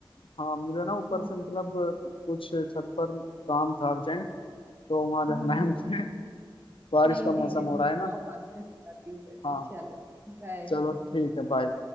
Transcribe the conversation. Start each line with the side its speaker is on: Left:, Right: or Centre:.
Left: हाँ मुझे ना ऊपर
Right: हम्म
Left: से मतलब कुछ छत पर काम था अर्जेंट तो वहां जाना
Right: हम्म, हम्म।
Left: है मुझे <laughs> बारिश
Right: नहीं
Left: का मौसम
Right: ठीक है
Left: हो रहा है ना
Right: आओ बाद में सुनाती हूँ मैं भी।
Left: हाँ
Right: चलो बाय
Left: चलो ठीक है बाय